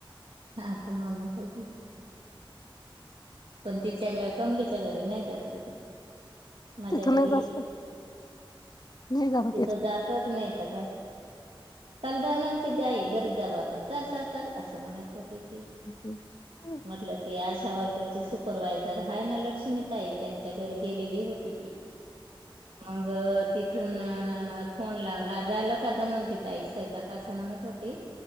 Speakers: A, on the right; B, on the left.
A: हा तर मला अस वा पण तिच्या कमलीच्या घरी नाही जात तिथ माझ्या
B: तिथं
A: घरी
B: नाही जास्त
A: येते
B: नाही जात
A: तिथं जातच नाही काय ल जाणून ते दई घरी जाऊ आपण ल ल ल असं म्हणत होत
B: हम्म
A: म्हटलं ते आशा वर्करचे सुपरवायझर हय ना लक्ष्मीताई त्यांच्या घरी गेलेली होती ती मग तिथून कोन लावला जायला काद नव्हती तई स्वयपाका असं म्हणत होती